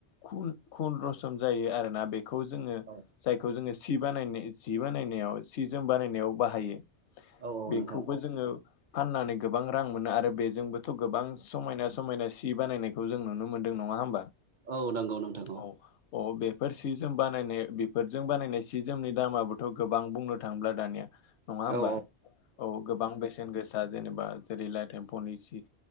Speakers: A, on the left; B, on the right.
A: खुन खुन रसम जायो आरोना। बेखौ जोङो
B: औ
A: जायखौ जोङो। सि बानायनाय जि बानायनायाव सि जोम बानायनायाव बाहायो।
B: औ औ
A: बेखौबो
B: नोंथां
A: जोङो। फाननानै गोबां रां मोनो आरो बेजोंबोथ' गोबां समायना समायना सि बानायनायखौ जों नुनो मोनदों नं ङा होमबा।
B: औ नंगौ नोंथां
A: औ औ बेफोर सि जोम बानायनाय बेफोरजों बानायनाय सि जोमनि दामाबोथ' गोबां बुंनो थांब्ला दानिया। नङा होमबा?
B: औ
A: औ गोबां बेसेन गोसा। जेनेबा जेरै लाइट एम्फौनि जि